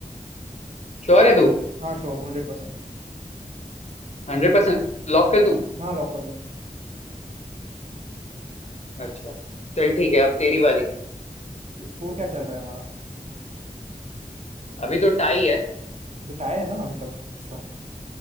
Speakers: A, on the left (about 50°); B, on the right (about 50°).
A: श्योर है तू
B: हाँ श्योर हंड्रेड परसेंट
A: हंड्रेड परसेंट लॉक
B: हाँ
A: कर दूं
B: हाँ लॉक कर दो
A: अच्छा चल ठीक है अब तेरी बारी
B: ये स्कोर क्या चल रहा है हमारा
A: अभी तो टाई है
B: बिटाया है ना अभी तक अच्छा